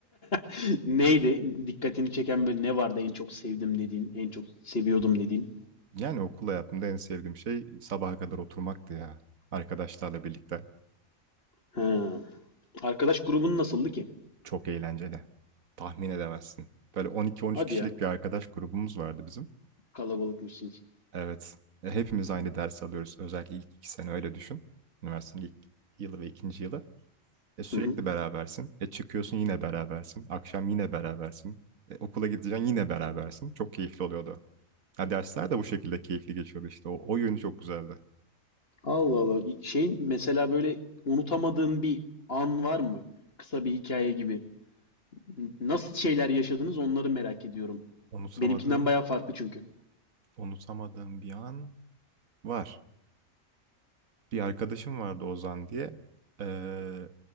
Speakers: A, on the left (about 45°); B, on the right (about 85°).
A: <laughs> Neydi? Dikkatini çeken böyle ne vardı en çok sevdim dediğin, en çok seviyordum dediğin?
B: Yani okul hayatımda en sevdiğim şey sabaha kadar oturmaktı ya. Arkadaşlarla birlikte.
A: Ha. Arkadaş grubun nasıldı ki?
B: Çok eğlenceli. Tahmin edemezsin. Böyle 12-13
A: Hadi
B: kişilik
A: ya
B: bir arkadaş grubumuz vardı bizim.
A: kalabalıkmışsınız.
B: Evet. E, Hepimiz aynı ders alıyoruz. Özellikle ilk iki sene öyle düşün. Üniversitenin ilk yılı ve ikinci yılı. E, sürekli
A: Hı hı.
B: berabersin. E, çıkıyorsun yine berabersin. Akşam yine berabersin. E, okula gideceksin yine berabersin. Çok keyifli oluyordu. Ha, dersler de bu şekilde keyifli geçiyordu işte. O, o yönü çok güzeldi.
A: Allah Allah. Şey mesela böyle unutamadığın bir an var mı? Kısa bir hikaye gibi. N- Nasıl şeyler yaşadınız onları merak ediyorum.
B: Unutamadığım,
A: Benimkinden bayağı farklı çünkü.
B: unutamadığım bir an var. Bir arkadaşım vardı Ozan diye. Ee,